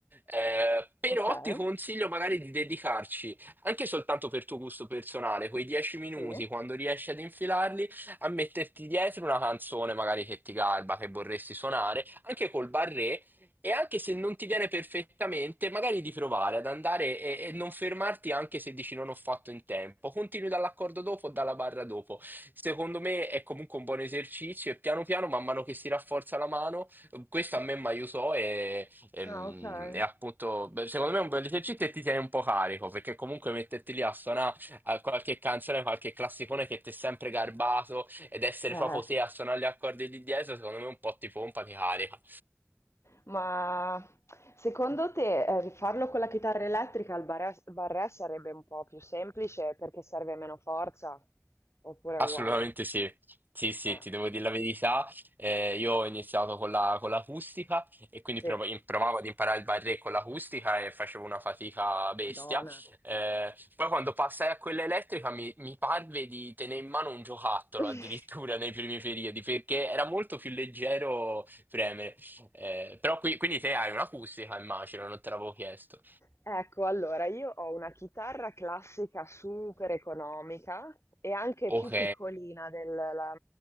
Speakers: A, on the right; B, on the left.
A: Eh, però
B: Okay,
A: ti consiglio magari di dedicarci anche soltanto per tuo gusto personale, quei dieci minuti,
B: sì.
A: quando riesci ad infilarli, a metterti dietro una canzone magari che ti garba, che vorresti suonare, anche col barré, e anche se non ti viene perfettamente, magari di provare ad andare e, e non fermarti anche se dici non ho fatto in tempo. Continui dall'accordo dopo o dalla barra dopo. Secondo me è comunque un buon esercizio e piano piano, man mano che si rafforza la mano, questo a me mi aiutò e Ehm,
B: Ah, okay.
A: E, appunto, beh, secondo me è un bel esercizio e ti tiene un po' carico, perché comunque metterti lì a suonare eh, qualche canzone, qualche classicone che ti è sempre garbato ed essere
B: Eh.
A: proprio te a suonare gli accordi lì dietro, secondo me un po' ti pompa, ti carica.
B: Ma secondo te, eh, farlo con la chitarra elettrica al barè, barré sarebbe un po' più semplice perché serve meno forza? Oppure è
A: Assolutamente
B: uguale?
A: sì. Sì, sì,
B: Eh,
A: ti devo dire la verità. Eh, io ho iniziato con la- con l'acustica e quindi
B: sì,
A: prov- in- provavo ad imparare il barré con l'acustica e facevo una fatica bestia.
B: Madonna.
A: Eh, poi quando passai a quella elettrica mi, mi parve di tenere in mano un giocattolo
B: <laughs>
A: addirittura nei primi periodi perché era molto più leggero premere. Eh, però qui, quindi te hai un'acustica, immagino, non te l'avevo chiesto.
B: Ecco, allora io ho una chitarra classica super economica e anche
A: Ok.
B: più piccolina della